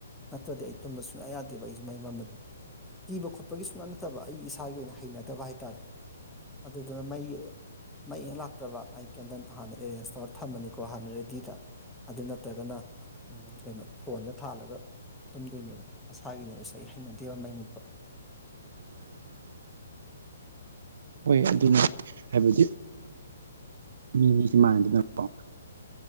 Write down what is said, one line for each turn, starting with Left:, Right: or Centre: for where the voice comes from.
Centre: ꯅꯠꯇ꯭ꯔꯗꯤ ꯑꯩ ꯇꯨꯝꯕ ꯁꯨꯡꯌꯥ ꯌꯥꯗꯦꯕ ꯑꯩꯁꯨ ꯃꯩ ꯃꯝꯃꯗꯤ ꯀꯤꯕ ꯈꯣꯠꯄꯒꯤ ꯁꯨꯡꯅꯠ ꯅꯠꯇꯕ ꯑꯩꯒꯤ ꯏꯁꯥꯒꯤ ꯑꯣꯏꯅ ꯍꯩꯅꯗꯕ ꯍꯥꯏ ꯇꯥꯔꯦ ꯑꯗꯨꯗꯨꯅ ꯃꯩ ꯑ ꯃꯩ ꯍꯦꯛ ꯂꯥꯛꯇ꯭ꯔꯕ ꯑꯩ ꯀꯦꯟꯗꯟ ꯍꯥꯟꯅ ꯑꯦꯔꯦꯟꯖ ꯇꯧꯔ ꯊꯝꯃꯅꯤꯀꯣ ꯍꯥꯟꯅ ꯔꯦꯗꯤꯗ ꯑꯗꯨ ꯅꯠꯇ꯭ꯔꯒꯅ ꯎꯝ ꯀꯩꯅꯣ ꯐꯣꯟꯁꯦ ꯊꯥꯜꯂꯒ ꯇꯨꯝꯗꯣꯏꯅꯦꯕ ꯃꯁꯥꯒꯤꯅꯦꯕ ꯁꯦ ꯑꯩ ꯍꯩꯅꯗꯦꯕ ꯃꯩ ꯃꯨꯠꯄ
Right: <inaudible> ꯍꯣꯏ ꯑꯗꯨꯅꯤ ꯍꯥꯏꯕꯗꯤ ꯃꯤ ꯃꯤꯁꯦ ꯃꯥꯟꯅꯗꯦꯅꯀꯣ